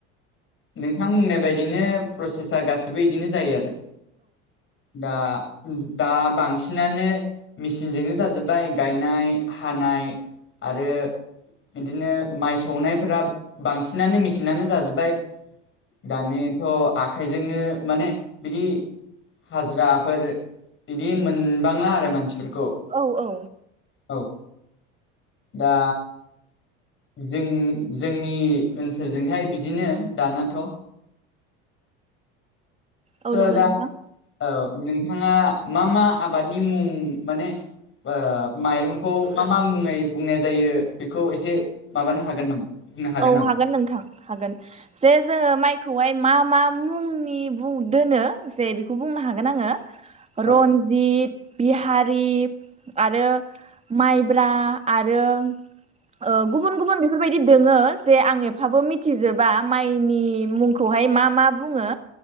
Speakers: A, on the left (about 40°); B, on the right (about 20°).
A: नोंथां बुंनाय बायदिनो प्रसेसा गासिबो इदिनो जायो आरो दा - दा बांसिनानो मेसिनजोंनो जाजोब्बाय गायनाय, हानाय आरो इदिनो माइ सौनायफोरा बांसिनानो मेसिनानो जाजोब्बाय दानिथ' आखाइजोंनो माने बिदि हाज्राफोर बिदि मोनबांला आरो मानसिफोरखौ
B: औ औ
A: औ दा जों-जोंनि ओनसोलजोंहाय बिदिनो दानाथ'
B: औ
A: ओ
B: नंगौ
A: दा
B: नोंथां
A: औ नोंथाङा मा - मा आबादनि मुं माने ओ माइरंखौ मा - मा मुङै बुंनाय जायो बेखौ एसे माबानो हागोन नामा? बुंनो
B: औ
A: नामा
B: हागोन नोंथां हागोन। जे जोङो माइखौहाय मा - मा मुंनि बुं दोनो जे बिखौ बुंनो हागोन आङो।
A: <unintelligible>
B: रन्जित, बिहारि आरो माइब्रा आरो ओ गुबुन - गुबुन बेफोरबायदि दोङो जे आं एफाबो मिथिजोबा माइनि मुंखौहाय मा - मा बुङो